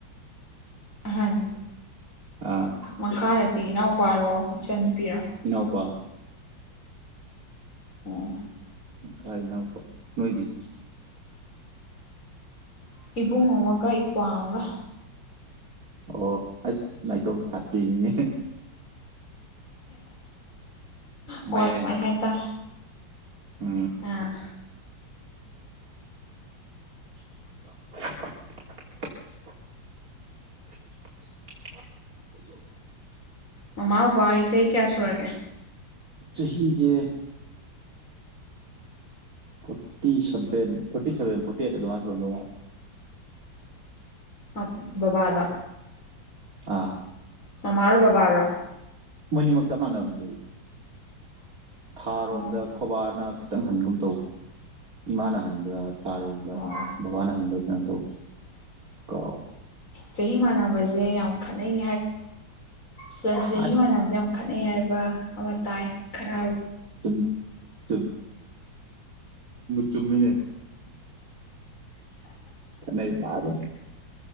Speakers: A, on the left; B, on the right.
A: ꯍꯥꯏꯝ
B: ꯑꯥ
A: ꯃꯈꯥꯗꯗꯤ ꯏꯅꯥꯎꯄꯥꯔꯣ ꯏꯆꯟꯟꯅꯨꯄꯤꯔꯣ
B: ꯏꯅꯥꯎꯄꯥ
A: ꯑꯣ
B: ꯐꯥꯏꯅꯅꯥꯎꯄ ꯅꯣꯏꯗꯤ
A: ꯏꯕꯨꯡ ꯑꯃꯒ ꯏꯄ꯭ꯋꯥ ꯑꯃꯒ
B: ꯑꯣ ꯑꯁ ꯅꯥꯏꯇꯣꯝ ꯁꯥꯇꯅꯦ
A: ꯍꯣꯏ
B: ꯃꯌꯥꯏꯗ
A: ꯑꯗꯨꯃꯥꯏꯅ ꯍꯥꯏꯇꯥꯔꯦ
B: ꯎꯝ
A: ꯑꯝ
B: <unintelligible> <unintelligible>
A: ꯃꯃꯥ ꯕꯕꯥ ꯏꯁꯩ ꯀꯌꯥ ꯁꯨꯔꯒꯦ
B: ꯆꯍꯤꯍꯤꯒꯦ forty seven forty seven forty eight ꯑꯗꯨꯃꯁꯨꯝꯗꯉ
A: ꯑꯝꯕꯕꯥꯗ
B: ꯑꯥ
A: ꯅ ꯃꯥꯔꯕꯕꯥꯥꯔꯣ
B: ꯃꯅꯤꯃꯛ ꯆꯞ ꯃꯥꯟꯅꯔꯖꯩ ꯊꯥꯔꯣꯝꯗ
A: ꯑꯣ
B: ꯈꯣꯕꯥꯔꯅ ꯈꯤꯇꯪ ꯍꯟꯒꯨꯝ ꯇꯧꯕ ꯏꯃꯥꯅ ꯍꯟꯕꯗ ꯑꯥꯔꯣꯝꯗ
A: ꯑꯣ
B: ꯕꯕꯥꯅ ꯍꯪꯗꯦ ꯀꯩꯅꯣ ꯇꯧ ꯀꯥꯎ
A: ꯆꯍꯤ ꯃꯥꯟꯅꯕꯁꯦ ꯌꯥꯝ ꯈꯠꯅꯩ ꯆꯍꯤꯒꯤ
B: ꯑꯁ
A: ꯃꯅꯌꯥꯝꯁꯦ ꯌꯥꯝ ꯈꯠꯅꯩ ꯍꯥꯏꯕ ꯑꯃ ꯇꯥꯏ ꯈꯠꯅ
B: ꯆ ꯆ ꯆꯨꯝꯃꯤꯅꯦ ꯀ ꯌꯥꯕ